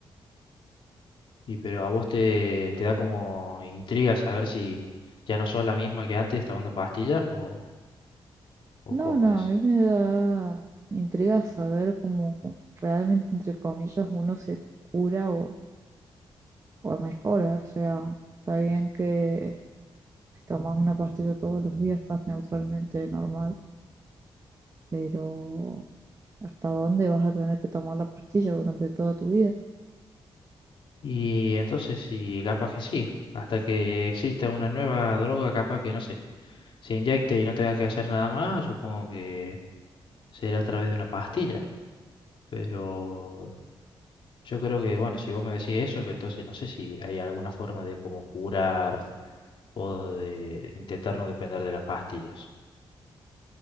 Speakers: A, on the left; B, on the right.
A: Y pero a vos te, te da como intriga saber si ya no sos la misma que antes tomando pastillas o, o
B: No,
A: cómo
B: no,
A: es.
B: a mí me da intriga saber cómo realmente, entre comillas, uno se cura o, o mejora. O sea, está bien que si tomas una pastilla todos los días estás neutralmente normal, pero hasta dónde vas a tener que tomar la pastilla durante toda tu vida.
A: Y entonces sí, capaz que sí. Hasta que exista una nueva droga, capaz que no sé, se inyecte y no tenga que hacer nada más, supongo que será a través de una pastilla. Pero yo creo que, bueno, si vos me decís eso, que entonces no sé si hay alguna forma de como curar o de intentar no depender de las pastillas.